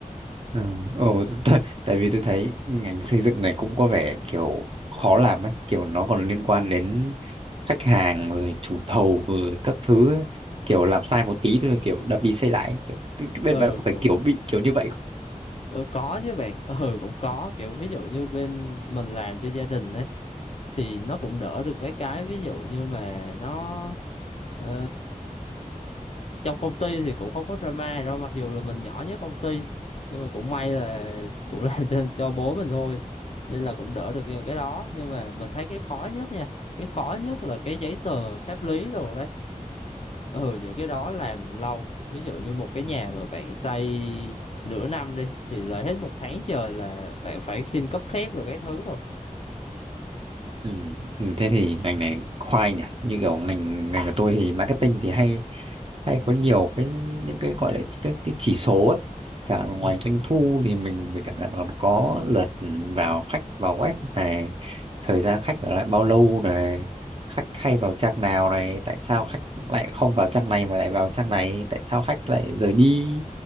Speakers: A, on the right (about 45°); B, on the left (about 50°).
A: ừ. ừ t- <laughs> tại vì tôi thấy ngành xây dựng này cũng có vẻ kiểu khó làm ấy kiểu nó còn liên quan đến khách hàng rồi chủ thầu rồi các thứ ấy. kiểu làm sai một tí thôi kiểu đập đi xây lại ấy. kiểu cái, cái bên
B: ừ
A: bạn có phải
B: cũng
A: kiểu bị kiểu như vậy
B: Ừ, có chứ bạn <laughs> ừ cũng có kiểu ví dụ như bên mình làm cho gia đình ấy thì nó cũng đỡ được mấy cái ví dụ như mà nó ờ, trong công ty thì cũng không có drama đâu mặc dù là mình nhỏ nhất công ty nhưng mà cũng may là <laughs> cũng làm cho cho bố mình thôi nên là cũng đỡ được những cái đó nhưng mà mình thấy cái khó nhất nha cái khó nhất là cái giấy tờ pháp lý đồ đó ừ những cái đó làm lâu ví dụ như một cái nhà mà bạn xây nửa năm đi thì là hết một tháng trời là bạn phải xin cấp phép rồi các thứ rồi
A: Ừ. ừ, Thế thì ngành này khoai nhỉ như kiểu ngành ngành của tôi thì marketing thì hay hay có nhiều cái những cái gọi là cái, cái chỉ số ấy chẳng hạn ngoài
B: ừ.
A: doanh thu thì mình mình chẳng hạn còn có lượt vào khách vào web này thời gian khách ở lại bao lâu này khách hay vào trang nào này tại sao khách lại không vào trang này mà lại vào trang này tại sao khách lại rời đi